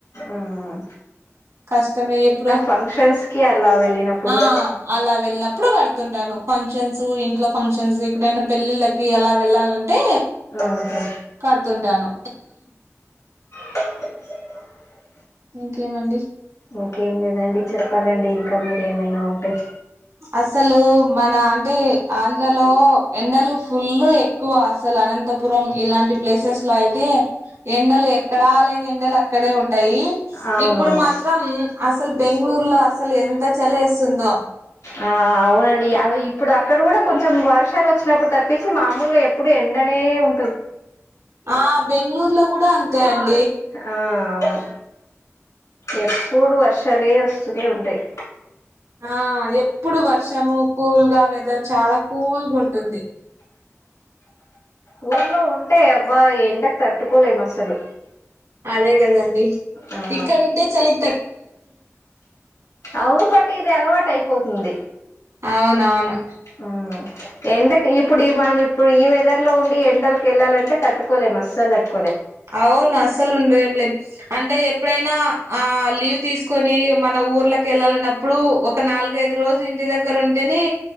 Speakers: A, on the left; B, on the right.
A: ఉమ్
B: కష్టమే ఎప్పుడు
A: ఫంక్షన్స్ కి అలా వెళ్ళినప్పుడు
B: ఆ అలా వెళ్ళినప్పుడు కడుత తుంటాను ఫంక్షన్స్ ఇంట్లో ఫంక్షన్స్ ఇక్కడైనా పెళ్లిిళ్ళకి ఎలా వెళ్ళాలంటే
A: ఆహా
B: కడుతుంటాను
A: <inaudible>
B: ఇంకేమండి
A: ఇంకేం లేదండి చెప్పాలండి ఇంకా మీరు ఏమైనా ఉంటే
B: అసలు మన అంటే ఆంధ్రలో ఎండలు ఫుల్లు ఎక్కువ అసలు అనంతపురం ఇలాంటి ప్లేసెస్ లో అయితే ఎండలు ఎక్కడా లేని ఎండలు అక్కడే ఉంటాయి
A: అవునవును
B: ఇప్పుడు మాత్రం అసలు బెంగళూరులో అసలు ఎంత చలి వేస్తుందో
A: ఆ అవునండి అవి ఇప్పుడు అక్కడ కూడా కొంచెం వర్షాలు వచ్చినప్పుడు తప్పేసిి మామూలుగా ఎప్పుడు ఎండనే ఉు
B: ఆ బెంగళూర్లో కూడా అంతే అండి
A: ఆ అవును ఎప్పుడు వర్షాలే వస్తూనే ఉంటాయి
B: ఆ ఎప్పుడు వర్షము కూల్గా వెదర్ చాలా కూల్గుంటుంది
A: ఊర్లో ఉంటే అబ్బా ఎండకు తట్టుకోలేం అసలు
B: అదే కదండి
A: ఆ
B: ఇక్కడంటే చలి
A: అవును బట్ ఇది అలవాటు అయిపోతుంది
B: అవునవును
A: ఉమ్ ఎండకి ఇప్పుడు మనం ఇప్పుడు ఈ వెదర్ లో ఉండి ఎండలకుకి వెళ్ళాలింటే తట్టుకోలేము అస్సలు తట్టుకో
B: అవును అసలు ఉండ ఏం లే అంటే ఎప్పుడైనా ఆ లీవ్ తీసుకొని మన ఊర్లకి వెళ్ళాలనప్పుడు ఒక నాలుగైదు రోజు ఇంటి దగ్గర ఉంటేనే